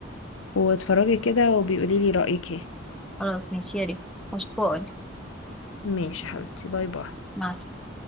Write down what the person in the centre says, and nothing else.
خلاص ماشي يا ريت هشوفه وأقولك.
مع السلامة